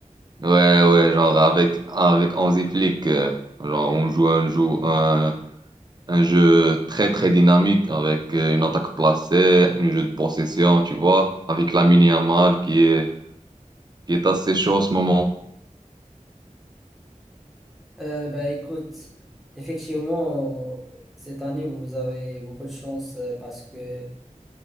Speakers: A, on the right; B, in the centre.
A: Ouais, ouais, genre avec, avec Hansi Flick, euh, genre on joue un, jeu, un, un jeu très très dynamique avec euh, une attaque placée, un jeu de possession, tu vois, avec Lamine Yamal qui est qui est assez chaud en ce moment.
B: Euh, bah, écoute, effectivement, euh, cette année, vous avez beaucoup de chance euh, parce que,